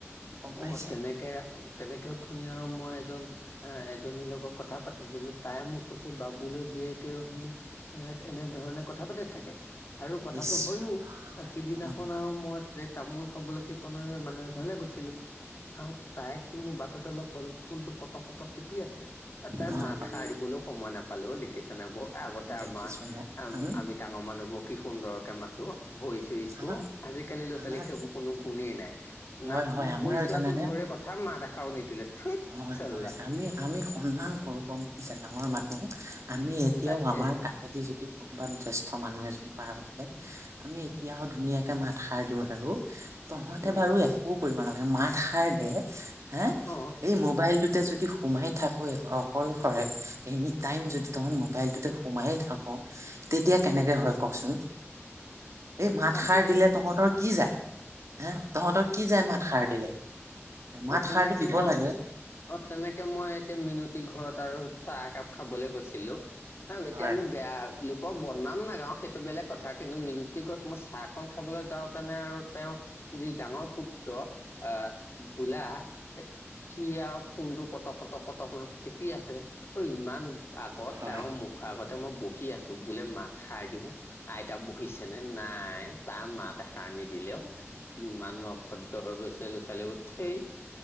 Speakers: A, on the right (about 80°); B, on the left (about 55°).
A: গম পাইছে
B: অ তেনেকে তেনেকেও ওথনি আৰু মই এজন এ এজনীৰ লগত কথা পাতিছিলো তাই মোক কৈছে বাবুলৈ জীয়েকেও হেনো এ এনেধৰণে কথা পাতি থাকে আৰু কথাটো
A: ইচ
B: হয়ও
A: ৰাম
B: সিদিনাখন
A: ৰাম
B: আৰু মই যে তামোল খাবলৈ সেই কণে মানে ঘৰলে গৈছিলো আৰু তাইকতো মোৰ বাট এটা লগ পালো ফোনটো কটক কটক টিপি আছে তাৰ
A: হয়
B: মাত
A: হয়
B: সাৰ দিবলৈও সময় নাপালো দেখিছা ন ব আগতে
A: দেখিছো
B: আমাৰ
A: নে উম
B: আমি ডাঙৰ মানুহবোৰ কি সুন্দৰকে মাতো ভৰি চুই ছো
A: আহ
B: আজিকালি ল'
A: আমাৰ
B: ছোৱালী সেইবোৰ কোনো নিয়ে নাই
A: হয়
B: না
A: হয় আমাৰ
B: ভুই চোৱাতো
A: জানেনে
B: দূৰে কথা মাত এষাৰো নিদিলে থুইত
A: হয়
B: চাল্লা
A: হয় আমি আমি সন্মান গম পাইছা ডাঙৰ মানুহক আমি এতিয়াও
B: তাকেহে
A: আমাৰ কাষেদি যদি কোনোবা জ্যেষ্ঠ মানুহ এজন পাৰ আমি এতিয়াও ধুনীয়াকে মাত সাৰ দিও হেৰু তহঁতে
B: উম
A: বাৰু একো কৰিব নালাগে মাত সাৰ দে হা
B: অ
A: এই মোবাইলটোতে যদি সোমাই থাকো অকলশৰে এনি টাইম যদি তত মোবাইলটোতে সোমাই <unintelligible> তেতিয়া কেনেকে হয় কচোন। এই মাত
B: তাকে
A: সাৰ দিলে তহঁতৰ কি যায় হে তহঁতৰ কি যায় মাত খাৰ দিলে মাত
B: অ তেনেকে
A: খাৰটো দিব
B: মই
A: লাগে।
B: অ তেনেকে মই এতিয়া মিনতি ঘৰত আৰু চাহ একাপ খাবলৈ গৈছিলো <unintelligible> অ এতিয়া
A: হয়
B: আমি বেয়া লোকৰ বদনাম নাগাও সেইটো বেলেগ কথা কিন্তু মিনতি ঘৰত মই চাহকন খাবলৈ যাওঁতেনে আৰু তেওঁ যি ডাঙৰ পুত্ৰ আহ ভোলা এ সি আৰু ফংটো কটক কটক কটক কটক টিপি আছে অ ইমান আগত
A: হয়
B: তেওঁৰ মুখ আগত ততে মই বহি আছো বোলে মাত সাৰ দিও আইতা বহিছেনে নাই তাৰ মাত এষাৰ নিদিলেও কিমান অভদ্ৰ হৈ গৈছে ল'ৰা ছোৱালী ঠেই